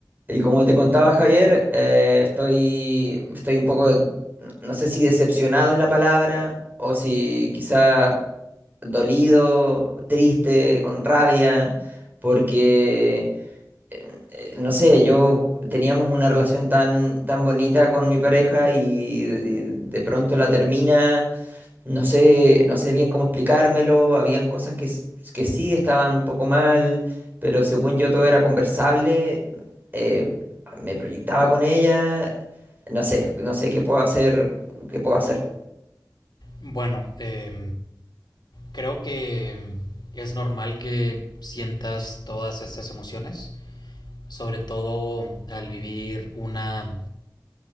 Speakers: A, on the right; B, on the left.
A: Y como te contaba Javier, eh, estoy, estoy un poco, no no sé si decepcionado es la palabra, o si quizás dolido, triste, con rabia, porque, eh, eh, no sé, yo teníamos una relación tan, tan bonita con mi pareja y, y de pronto la termina no sé, no sé bien cómo explicármelo, habían cosas que, s- que sí estaban un poco mal, pero según yo todo era conversable, eh, me proyectaba con ella, no sé, no sé qué puedo hacer, qué puedo hacer.
B: Bueno, eh, creo que es normal que sientas todas estas emociones, sobre todo al vivir una,